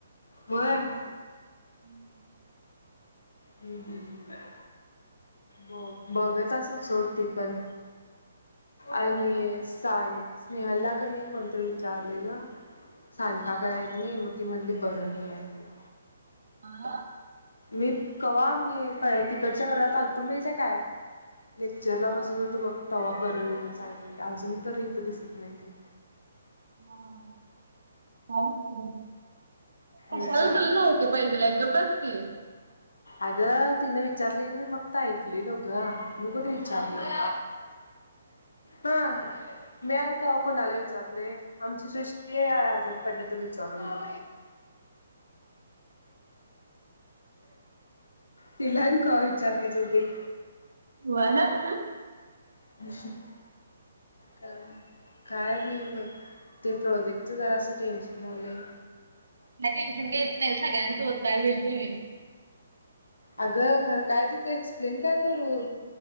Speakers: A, on the left; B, on the right.
A: होय?
B: हम्म.
A: हम्म, हम्म, हम्म. मग बघत असल सोड ती पण आणि सानि स्नेहालला कनी कोणतरी विचारलेलं, सानिका का येतं नाही? मग ती म्हणली, बरं नाहीये तिला.
B: आ?
A: मी कवा मी तिकडच्या वर्गात आलतो, माहितेय काय? लेक्चरला बसत होतो बघ, तवा बरं नाही म्हणून सांगितलेली. अजून तर इथं दिसत नाही ती.
B: हा हा ह, काय माहिती बाई? कशाला
A: विचार
B: तुला नाहोक पाहिजेले? गप्प बस की.
A: अग तिनं विचारलेली, मी फक्त ऐकलेलो गं. मी कुठ विचारलोय? ह मी आणि कवा कुणाला विचार लोय? आमची सृष्टी आजारी पडलं तर विचारून मग तिला आणि कवा विचारायलं जावू बाई?
B: व्हयं.
A: <unintelligible> का काय नाही बघ, ते प्रोजेक्टच जरासं टेन्शन आलंय.
B: काय टेन्शन घ्यायच नाही, सगळ्यांसोबत काय होईल ते होईल.
A: अगं खरं, काय तिथ एक्सप्लेन काय करू?